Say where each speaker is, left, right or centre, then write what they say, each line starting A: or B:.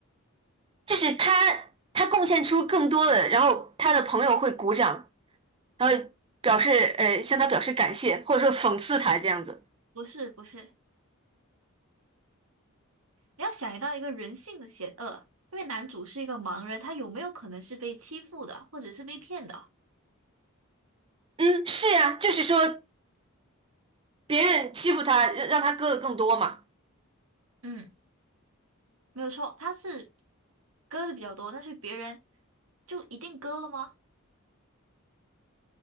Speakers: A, on the right; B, on the right.
A: 就是他他贡献出更多的，然后他的朋友会鼓掌，然后表示呃向他表示感谢，或者说讽刺他这样子。
B: 不是，不是，你要想到一个人性的险恶，因为男主是一个盲人，他有没有可能是被欺负的，或者是被骗的？
A: 嗯，是呀，就是说别人欺负他，让让他割的更多嘛。
B: 嗯，没有错，他是割的比较多，但是别人就一定割了吗？